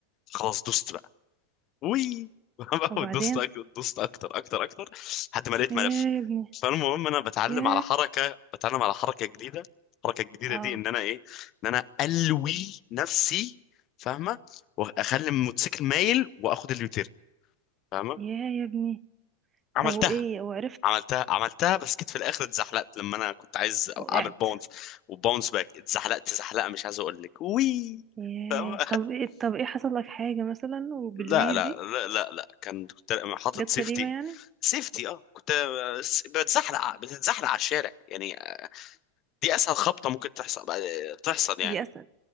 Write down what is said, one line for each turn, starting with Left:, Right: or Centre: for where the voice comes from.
Left: خلاص دوست بقى وي <laughs>
Right: وبعدين
Left: دوست أك- دوست اكتر اكتر اكتر لحد ما لقيت
Right: يا
Left: ملف
Right: يا ابني
Left: فالمهم انا بتعلم
Right: يا
Left: على حركه بتعلم على حركه جديده الحركه الجديده
Right: اه
Left: دي ان انا ايه ان انا الوي نفسي فاهمه واخلي الموتوسيكل مايل واخد اليوتيرن فاهمه
Right: يا يا ابني
Left: عملتها
Right: طب وايه وعرفت
Left: عملتها عملتها بس جيت في الاخر اتزحلقت لما انا كنت عايز
Right: وقعت
Left: اعمل باونس وباونس باك اتزحلقت زحلقه مش عايز اقول لك وي
Right: يا
Left: فاهمه.
Right: طب ايه طب ايه حصل لك حاجة مثلا وبالويدي
Left: لا لا لا لا, لا. كان كنت حاطط
Right: جت
Left: سيفتي
Right: سليمة يعني
Left: سيفتي اه كنت س- بتزحلق آه، بتتزحلق على الشارع يعني دي اسهل خبطه ممكن تحصل تحصل يعني
Right: دي اسهل